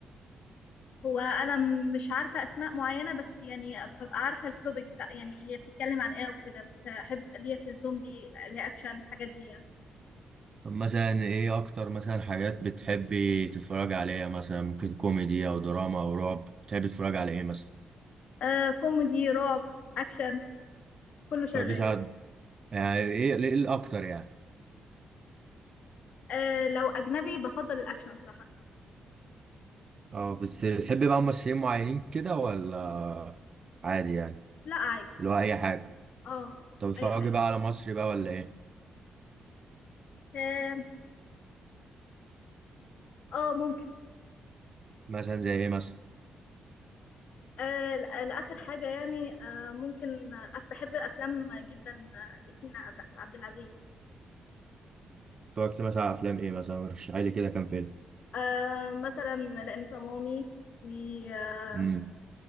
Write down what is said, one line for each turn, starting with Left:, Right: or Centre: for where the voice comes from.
Left: هو أنا م- مش عارفة أسماء معينة بس يعني ببقى عارفة التوبيك بتاع يعني هي بتتكلم عن إيه وكده بس أحب ليا في الزومبي ليا أكشن الحاجات دي يعني
Right: طب مثلا ايه اكتر مثلا حاجات بتحبي تتفرجي عليها مثلا ممكن كوميدي او دراما او رعب بتحبي تتفرجي على ايه مثلا
Left: أه كوميدي رعب أكشن كله شغال
Right: متتفرجيش على يعني ايه ايه الاكتر يعني
Left: أه لو أجنبي بفضل الأكشن صراحة
Right: اه بت- بتحبي بقى ممثلين معينين كده ولا عادي يعني
Left: لا عادي
Right: اللي هو اي حاجه
Left: اه
Right: طب اتفرجي
Left: أي حاجة
Right: بقى على مصري بقى ولا ايه
Left: اه آه، ممكن
Right: مثلا زي ايه مثلا
Left: آه لآخر حاجة يعني آه ممكن آه بحب أفلام جدا آه ياسمين عبد عبد العزيز
Right: اتفرجت مثلا على افلام ايه مثلا رشحي لي كده كام فيلم
Left: آه مثلا لأني صمامي في آه
Right: امم